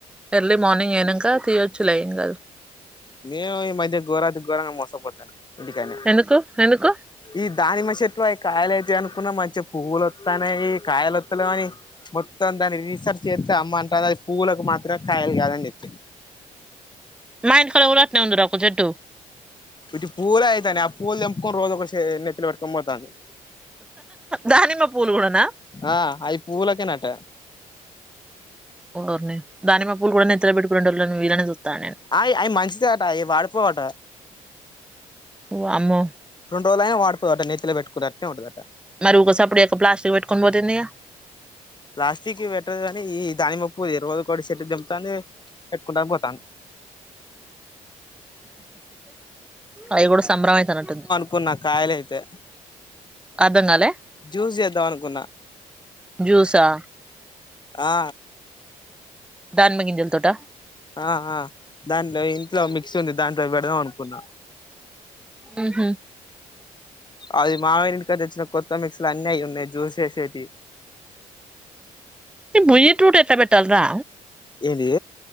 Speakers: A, in the centre; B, on the left.
A: ఎర్లీ మార్నింగ్ అనాక తీయొచ్చు లే ఎం కాదు
B: నేను ఈ మధ్య ఘోరాతి ఘోరంగా మోసపోతాను ఇంటికానే
A: ఎందుకు ఎందుకు
B: ఈ దానిమష ఎట్లు అవి కాయలతే అనుకున్న మంచిగా పువ్వులొత్తానేయి ఈ కాయలొత్తలే అని మొత్తం దాన్ని రీసెర్చ్ చేస్తే అమ్మ అంటారు అది పూవవులకు మాత్రమే కాయలు కాదని చెప్పింది
A: మా ఇంటి గాడ కూడ అట్నే ఉంది రా ఒక్క చెట్టు
B: ఇటి పూలేయితానే ఆ పూవలు తేంపుకొని రోజు ఒక నెత్తిన పెట్టుకు పోతనై
A: దానిమ్మ పుల్లుగూడన
B: ఆ అయి పూలకే నట్ట
A: ఓర్నీ దానీమ్మ పూలు కూడా నెత్తిన పెట్టుకునేటోళ్లను వీళ్లనే చూస్తానా నేను
B: అయ్ అవి మంచిదే అట అవి వాడిపోవట
A: వామ్మో
B: రెండు రోజులనే వాడిపోవట నెత్తిన పెట్టుకున్నట్టు అట్టే ఉండదట
A: మరి ఒకేసప్పుడుచేయాక్క ప్లాస్టిక్ పెట్టుకుని పోతేందిగా
B: ప్లాస్ట్వీక్ వి పెట్టదు గని ఈ దాన్నిమ్మపువ్వు రోజూకటి చెట్టుకు తెంపుతంది పెట్టుకుంటా పోతాంది
A: అవి కూడా సంభ్రమ అయితనట్టుంది
B: కున్న కాయలు అయితే
A: అర్ధం కాలే
B: జూస్ చేద్దాం అనుకున్నా
A: జ్యూసా
B: ఆ
A: దానిమ్మ గింజల తోట
B: ఆ ఆ దాంట్లో ఇంట్లో మిక్సీ ఉంది దాంట్లో పెడదం అనుకున్నాం
A: ఉహు
B: అది మావయ్య ఇంటికి తెచ్చిన కొత్త మిక్స్ ల అన్ని అవి ఉన్నాయి జూస్ చేసేటీవి
A: భూయ టూట్ ఎట్ల పెట్టాలి రా
B: ఏది